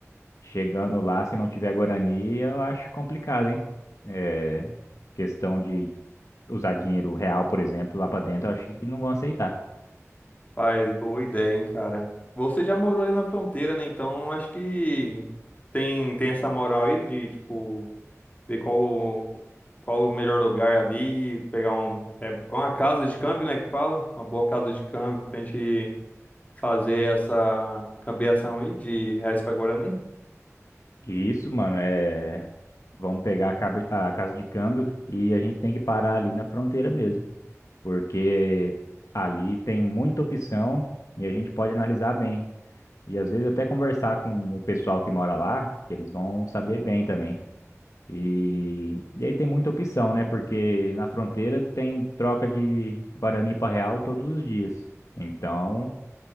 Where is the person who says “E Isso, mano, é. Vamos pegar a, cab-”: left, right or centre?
Left